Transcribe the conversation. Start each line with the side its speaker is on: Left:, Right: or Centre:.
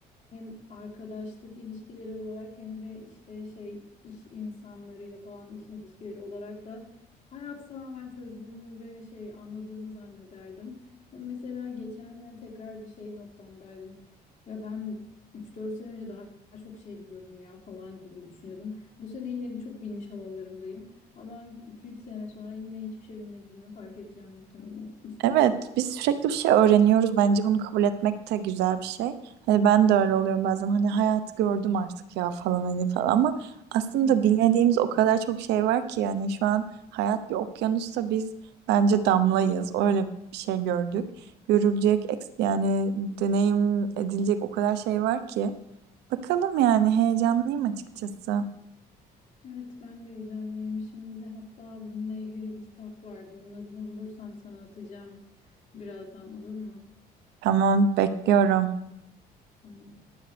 Left: hem arkadaşlık ilişkileri olarak hem de işte şey iş insanlarıyla falan iş ilişkileri olarak da hayatı tamamen çözdüğümü ve şey anladığımı zannederdim. Ama Mesela geçen sene tekrar bir şey noktamdaydım. Ya ben üç dört sene önce daha çok şey biliyordum ya falan gibi düşünüyordum. Bu sene yine birçok bilmiş havalarımdayım. Ama iki üç sene sonra yine hiçbir şey bilmediğimi fark edeceğim muhtemelen.
Right: Evet biz sürekli bir şey öğreniyoruz bence bunu kabul etmek de güzel bir şey. Hani ben de öyle oluyorum bazen hani hayatı gördüm artık ya falan hani falan ama aslında
Left: <laughs>
Right: bilmediğimiz o kadar çok şey var ki yani şu an hayat bir okyanusta biz bence damlayız öyle bir şey gördük. Görülecek eks- yani deneyim edilecek o kadar şey var ki. Bakalım yani heyecanlıyım açıkçası.
Left: Evet ben de heyecanlıyım. Şimdi hatta bununla ilgili bir kitap vardı. Onun adını bulursam sana atacağım birazdan olur mu?
Right: Tamam bekliyorum.
Left: Tamam.